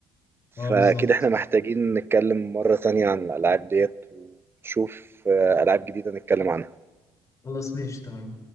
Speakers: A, on the right (about 25°); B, on the left (about 35°).
A: فأكيد
B: اه بالظبط
A: احنا محتاجين نتكلم مرة تانية عن الألعاب ديت ونشوف آه، ألعاب جديدة نتكلم عنها
B: خلاص ماشي تمام